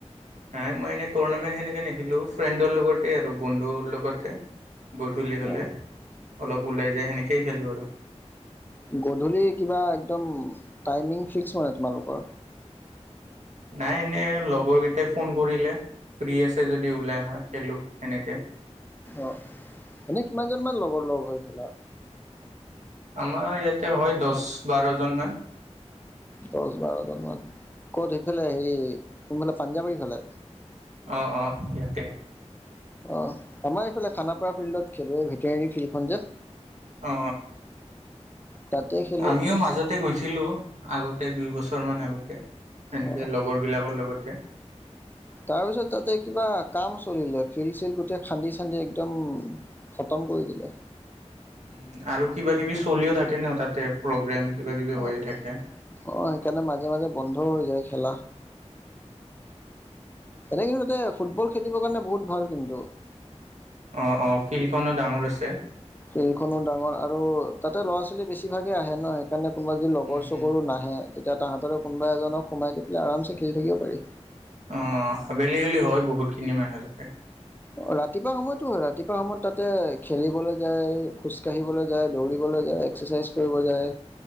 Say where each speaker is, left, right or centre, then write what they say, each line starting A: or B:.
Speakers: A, on the right; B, on the left.
A: নাই মই এনেই টুৰ্ণামেণ্ট সেনেকে নেখিলো ফ্ৰেণ্ডৰ লগতে আৰু বন্ধুৰ লগতে। গধূলি হ'লে
B: অ
A: অলপ ওলাই যায় সেনেকেই খেলোঁ আৰু।
B: গধূলি কিবা একদম টাইমিং ফিক্স মানে তোমালোকৰ?
A: নাই এনেই লগৰ কেইটাই ফোন কৰিলে। ফ্ৰী আছে যদি ওলাই আহা খেলোঁ, সেনেকৈ।
B: অ এনেই কিমানজন মান লগৰ লগ হৈ খেলা?
A: আমাৰ ইয়াতে হয় দহ বাৰজনমানান।
B: দহ বাৰজন মান ক'ত? সেইফালে হেৰি কোনফালে পাঞ্জাৱৰীফালে।
A: অঁ অঁ ইয়াতে।
B: অ আমাৰ এইফালে খানাপাৰা ফিল্ডত খেলে ভেটেনেৰী ফিল্ডখন যে।
A: অ
B: তাতে খেলো
A: আমিও মাজত আগতে গৈছিলো আগতে দুই বছৰ মান আগতে সনেকে
B: অ
A: লগৰ বিলাকৰ লগতে।
B: তাৰপিছত তাতে কিবা কাম চলিলে ফিল্ড চিল্ গোটেই খান্দি চান্দি একদম খতম কৰি দিলে।
A: উম আৰু কিবা কিবি চলিও থাকে ন তাতে প্ৰগ্ৰেম। কিবা কিবি হৈয়ে
B: অ আহ
A: থাকে।
B: সেইকাৰণে মাজে মাজে বন্ধও হৈ যায় খেলা। এনে কিন্তু তাতে ফুটবল খেলিবৰ কাৰণে বহুত ভাল কিন্তু।
A: অ অ ফিল্ডখনো ডাঙৰ আছে।
B: ফিল্ডখনো ডাঙৰ আৰু তাতে ল'ৰা ছোৱালী বেছিভাগে আহে ন। সেইকাৰণে কোনোবা যদি লগৰ
A: উম,
B: চগৰুো নাহে তেতিয়া তাহাঁতৰ কোনোবা এজনক সোমাই দি পেলাই আমে খি থাকিব পাৰি।
A: অ আবেলি হেলি হয় বহুতখিনি মানুহ তিতা।
B: অ ৰাতিপুৱা সময়তো হয় ৰাতিপুৱা সময়ত তাতে খেলিবলৈ যায় খোজ কাঢ়িবলৈ যায় দৌৰিবলৈ যায় এক্সাৰচাইজ কৰিব যায়।